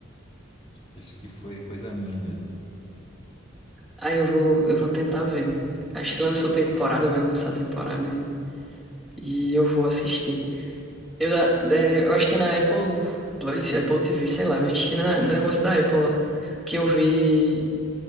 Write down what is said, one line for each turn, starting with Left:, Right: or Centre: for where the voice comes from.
Left: Acho que foi coisa minha mesmo.
Centre: aí eu vou, eu vou tentar ver. Acho que lançou temporada, vai lançar temporada e, e eu vou assistir. Eu, da- é, eu acho que na Apple Play, Apple TV, sei lá, eu acho que na, no negócio da Apple lá, que eu vi